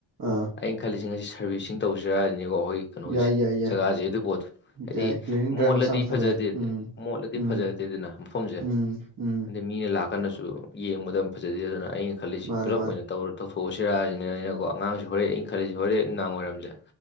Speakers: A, on the right; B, on the left.
A: ꯑꯥ
B: ꯑꯩꯅ ꯈꯜꯂꯤꯁꯤ ꯉꯁꯤ ꯁꯥꯔꯕꯤꯁꯤꯡ ꯇꯧꯁꯤꯔꯁꯤꯅꯤꯀꯣ ꯑꯩꯈꯣꯏ ꯀꯩꯅꯣꯒꯤꯁꯦ
A: ꯌꯥꯏ ꯌꯥꯏ ꯌꯥꯏ
B: ꯖꯒꯥꯁꯦ ꯑꯗꯨ ꯄꯣꯠꯇꯣ ꯍꯥꯏꯗꯤ
A: ꯌꯥꯏ ꯀ꯭ꯂꯤꯅꯤꯡ ꯗ꯭ꯔꯥꯏꯕ
B: ꯃꯣꯠꯂꯗꯤ
A: ꯃꯆꯥ ꯑꯃꯁꯨ ꯊꯥꯕ
B: ꯐꯖꯗꯦꯗꯤ
A: ꯌꯥꯏ ꯎꯝ
B: ꯃꯣꯠꯂꯗꯤ
A: ꯎꯝ
B: ꯐꯖꯗꯦꯗꯅ ꯃꯐꯝꯁꯦ
A: ꯎꯝ ꯎꯝ
B: ꯃꯤꯅ ꯂꯥꯛꯀꯥꯟꯗꯁꯨ ꯌꯦꯡꯕꯗ ꯐꯖꯗꯦꯗꯅ ꯑꯩꯅ ꯈꯜꯂꯤꯁꯤ
A: ꯃꯥꯅꯦ
B: ꯄꯨꯂꯞ
A: ꯃꯥꯅꯦ
B: ꯑꯣꯏꯅ ꯇꯧꯔ ꯇꯧꯊꯣꯛꯑꯁꯤꯔꯁꯤꯅꯦ ꯑꯩꯅꯀꯣ ꯑꯉꯥꯡꯁꯤꯡ ꯍꯣꯔꯦꯟ ꯑꯩꯅ ꯈꯜꯂꯤꯁꯤ ꯍꯣꯔꯦꯟ ꯅꯨꯡꯗꯥꯡ ꯋꯥꯏꯔꯝꯁꯦ